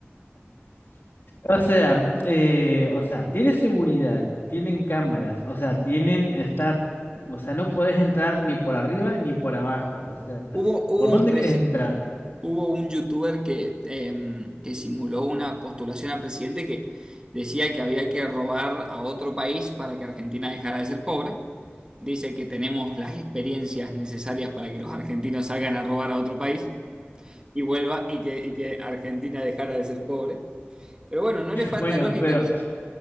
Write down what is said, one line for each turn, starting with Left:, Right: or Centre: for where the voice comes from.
Left: O sea, eh, o sea, tiene seguridad, tienen cámaras, o sea, tienen, está, o sea, no puedes entrar ni por arriba ni por abajo, o sea,
Right: Hubo, hubo
Left: ¿por
Right: un,
Left: dónde
Right: presi-
Left: quieres entrar? <laughs>
Right: hubo un youtuber que, em, que simuló una postulación a presidente que decía que había que robar a otro país para que Argentina dejara de ser pobre. Dice que tenemos las experiencias necesarias para que los argentinos salgan a robar a otro país. y vuelva y que, y que Argentina dejara de ser pobre. Pero bueno, no le falta
Left: Bueno,
Right: lógica.
Left: pero
Right: en-